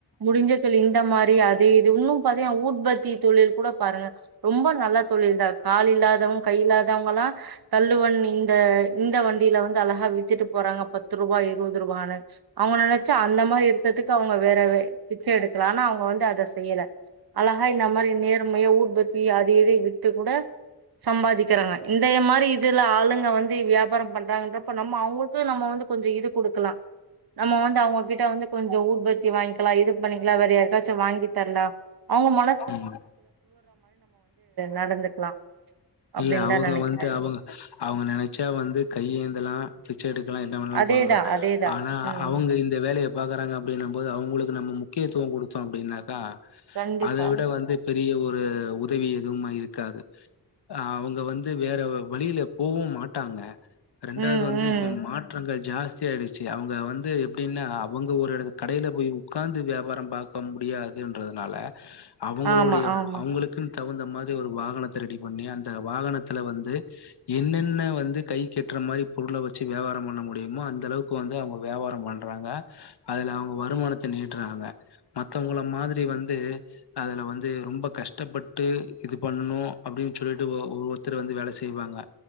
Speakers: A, on the right; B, on the left.
A: முடிஞ்ச தொழில் இந்த மாரி அது இது இன்னு பாத்தீங்கா ஊட்ப தொழில் கூட பாருங்க ரொம்ப நல்ல தொழில் தா கால் இல்லாதவங்க கை இல்லாதவங்கல்லா தள்ளுவன் இந்த இந்த வண்டியில வந்து அழகா வித்துட்டு போறாங்க பத்து ரூபா இருபது ரூபானு அவுங்க நெனைச்சா அந்த மாரி இருக்கதுக்கு அவங்க வேற பிச்ச எடுக்கலா ஆனா அவங்க வந்து அத செய்யல அழகா நம்மளில் நேர்ம உற்பத்தி அது இது வித்து கூட சம்பாதிக்கிறாங்க இந்த மாரி இதுல ஆளுங்க வந்து வியாபாரம் பண்றாங்கன்றப்ப நம்ம அவங்களுக்கு நம்ம வந்து கொஞ்சம் இது கொடுக்கலாம் நம்ம வந்து அவங்ககிட்ட வந்து கொஞ்சம் உஊத்பத்தி வாங்கிக்கலா இது பண்ணிக்கலா வேற ஏதாச்சு வாங்கி தரலா அவங்க மன
B: ம்
A: நடந்துக்கலா அப்டின்னு
B: இல்ல அவுங்க
A: தா நெனைக்கிறே
B: வந்து அவுங்க அவுங்க நெனைச்சா வந்து கையேந்தலா செடு இவுங்ளா என்னவேனாலு
A: அதேதா
B: பண்லா
A: அதேதா
B: ஆனா
A: ம்
B: அவுங்க இந்த வேலைய பாக்குறாங்க அப்டின்னு போது அவுங்களுக்கு நம்ம முக்கியத்துவோ குடுத்தோ அப்டின்னாக்கா
A: கண்டிப்பா
B: அத விட வந்து பெரிய ஒரு உதவி எதுவுமா இருக்காது அ அவுங்க வந்து வேற வழியில போகவு மாட்டாங்க ரெண்டாவது
A: ம்
B: வந்து
A: ம்
B: இப்ப மாற்றங்கள் ஜாஸ்தியாயிடுச்சு அவுங்க வந்து எப்டின்னா அவுங்க ஒரு எடத்து கடையில போய் உக்காந்து வியாபாரோ பாக்க முடியாதுன்றதுனால அவுங்களோ
A: ஆமா
B: <inaudible>
A: ஆமா
B: அவுங்களுக்குன் தகுந்த மாரி ஒரு வாகனத்த ரெடி பண்ணி அந்த வாகனத்துல வந்து என்னென்ன வந்து கை கெட்டுற மாரி பொருள வச்சு வியாபாரம் பண்ண முடியுமோ அந்த அளவுக்கு வந்து அவுங்க வியாபாரோ பண்றாங்க அதுல அவுங்க வருமானத்த நீட்டுறாங்க மத்தவங்கள மாதிரி வந்து அதுல வந்து அது ரொம்ப கஷ்டப்பட்டு இது பண்ணணு அப்டின்னு சொல்லிட்டு ஒ ஒரு ஒருத்தர் வந்து வேல செய்வாங்க